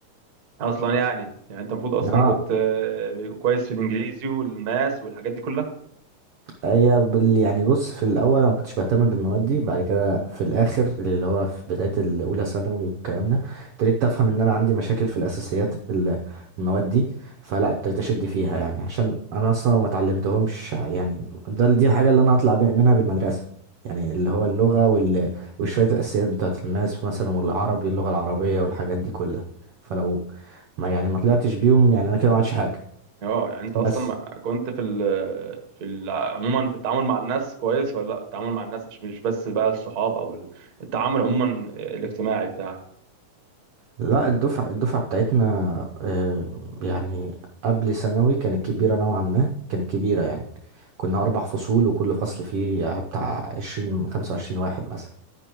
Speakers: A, on the right (about 50°); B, on the right (about 70°).
A: اصلا يعني يعني انت المفروض اصلا
B: اه
A: كنت آه، كويس في الانجليزي والماس والحاجات دي كلها
B: هي بال- يعني بص في الاول انا ما كنتش بهتم بالمواد دي بعد كده في الاخر اللي هو في بدايه الاولى ثانوي والكلام ده ابتديت افهم ان انا عندي مشاكل في الاساسيات ال- المواد دي فلا ابتديت اشد فيها يعني عشان انا اصلا ما اتعلمتهمش يعني ده دي الحاجه اللي انا هطلع بي- منها بالمدرسه يعني اللي هو اللغه وال... وشويه الاساسيات بتاعه الماس مثلا والعربي اللغه العربيه والحاجات دي كلها فلو ما يعني ما طلعتش بيهم يعني انا كده ما عادش حاجه
A: اه يعني انت
B: بس
A: اصلا ما- كنت في ال في ال عموما في التعامل مع الناس كويس ولا لا التعامل مع الناس مش مش بس بقى الصحاب او ال- التعامل عموما الاجتماعي بتاعك
B: لا الدفعة الدفعة بتاعتنا آه، يعني قبل ثانوي كانت كبيرة نوعا ما كانت كبيرة يعني كنا أربع فصول وكل فصل فيه بتاع عشرين خمسة وعشرين واحد مثلا